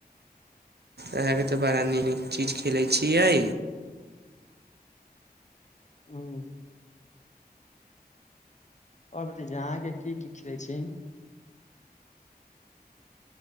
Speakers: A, on the right; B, on the left.
A: अहाँके तऽ बड़ा नीक चीज खेलै छियै।
B: हा। आओर ब अहाँ के की की खेल छी।